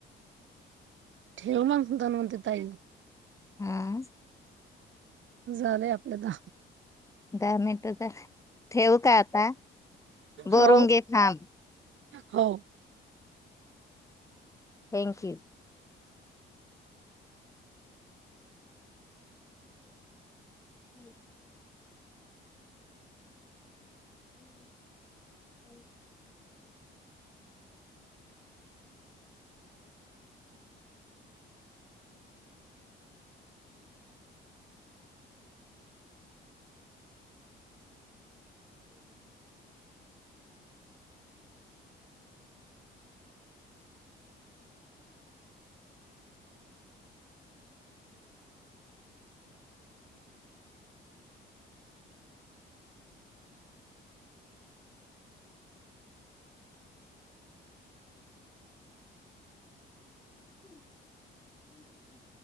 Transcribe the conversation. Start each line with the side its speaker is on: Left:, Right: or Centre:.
Right: ठेव मगतन म्हते ताई
Left: हम्म
Right: झालंय आपल्याला
Left: दहा मिनटचा ठेव का आता बोरुंगी
Right: हो
Left: फांब
Right: हो
Left: थँक यू हो ह् हम् ह हम हम्